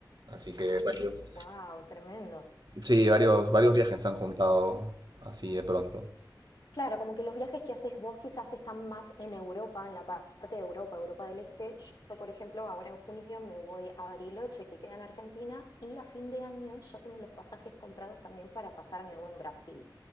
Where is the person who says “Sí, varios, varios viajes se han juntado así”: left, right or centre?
Right